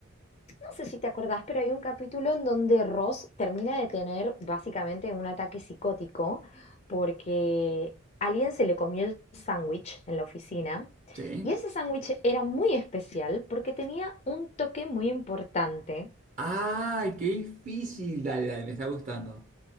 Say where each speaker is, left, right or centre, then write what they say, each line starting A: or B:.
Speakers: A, on the left; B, on the right.
A: No sé si te acordás, pero hay un capítulo en donde Ross termina de tener básicamente un ataque psicótico porque alguien se le comió el sándwich en la oficina.
B: ¿Sí?
A: Y ese sándwich era muy especial porque tenía un toque muy importante
B: ¡Ay, qué difícil! Dale, dale, me está gustando.